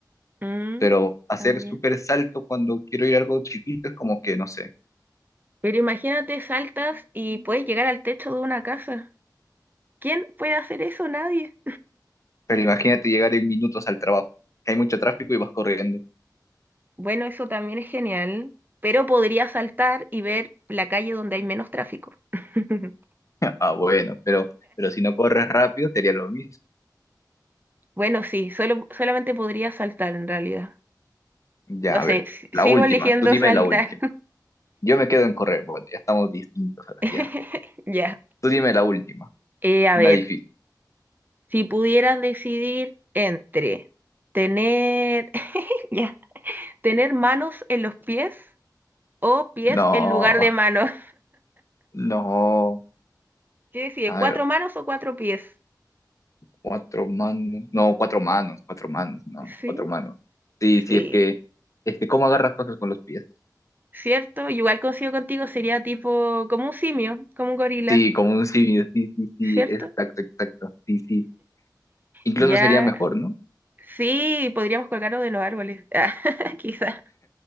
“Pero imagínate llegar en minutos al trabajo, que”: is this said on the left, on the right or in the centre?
Left